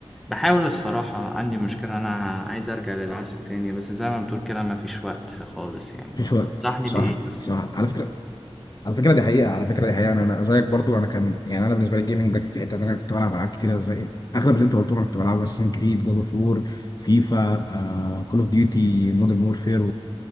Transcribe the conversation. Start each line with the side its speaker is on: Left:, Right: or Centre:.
Centre: بحاول الصراحه عندي مشكله انا عايز ارجع للعزف تاني بس زي ما بتقول كده ما فيش وقت خالص يعني
Left: مفيش وقت
Centre: تنصحني
Left: صح
Centre: بايه بس
Left: صح على فكرة على فكره دي حقيقه على فكره دي حقيقه انا أنا زيك برضو انا كان يعني انا بالنسبه لي الجيمنج ده في حته تانيه كنت بلعب العاب كتيره زي اغلب اللي انت قلتهم انا كنت بلعب اساسن كريد جاد اوف وور فيفا كول اوف ديوتي مودرن وورفير